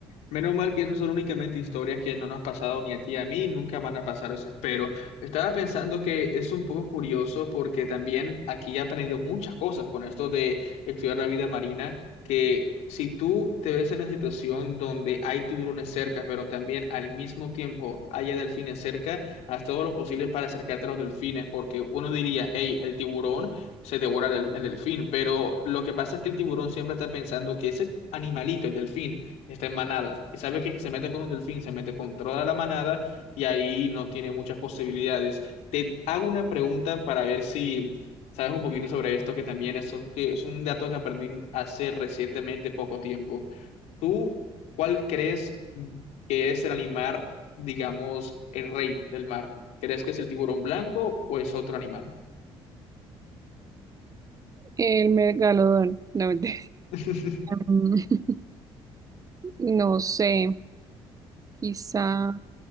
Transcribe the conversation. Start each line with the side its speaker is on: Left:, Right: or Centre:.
Left: Menos mal que eso son únicamente historias que no nos han pasado ni a ti ni a mí, nunca van a pasar, eso espero. Estaba pensando que es un poco curioso porque también aquí he aprendido muchas cosas con esto de estudiar la vida marina, que si tú te ves en una situación donde hay tiburones cerca, pero también al mismo tiempo haya delfines cerca, haz todo lo posible para acercarte a los delfines, porque uno diría, hey, el tiburón se devora el, el delfín, pero lo que pasa es que el tiburón siempre está pensando que ese animalito, el delfín, está en manada. Y sabe que si se mete con un delfín, se mete con toda la manada y ahí no tiene muchas posibilidades. Te hago una pregunta para ver si sabes un poquito sobre esto, que también es un, que es un dato que aprendí hace recientemente poco tiempo. ¿Tú cuál crees que es el animal, digamos, el rey del mar? ¿Crees que es el tiburón blanco o es otro animal?
Right: El megalodón, no mentira.
Left: <laughs>
Right: Em, <laughs> no sé, quizá.